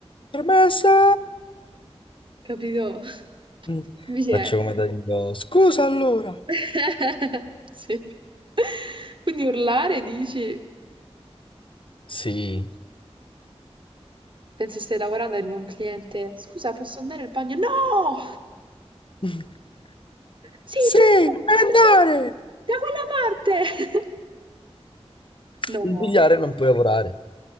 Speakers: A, on the left; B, on the right.
A: Permessa!
B: Capito? <laughs>
A: Mm.
B: Invece
A: Faccio
B: è...
A: come Danilo. Scusa allora.
B: <laughs> Sì. <laughs> Quindi urlare dici?
A: Sì.
B: Penso stai lavorando, arriva un cliente. Scusa, posso andare al bagno? No!
A: <laughs>
B: Sì,
A: Sì,
B: prego!
A: andare!
B: Da quella, da quella parte! <laughs> No,
A: Bisbigliare
B: io,
A: non puoi lavorare.